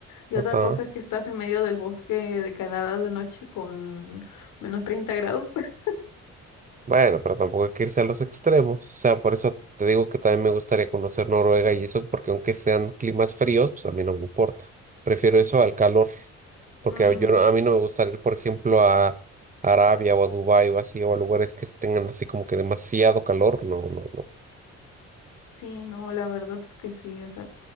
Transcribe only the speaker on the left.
Y
otra cosa es que estás en medio del bosque de Canadá de noche con menos 30 grados. <laughs>
Mm,
sí, no, la verdad es que sí. O sea,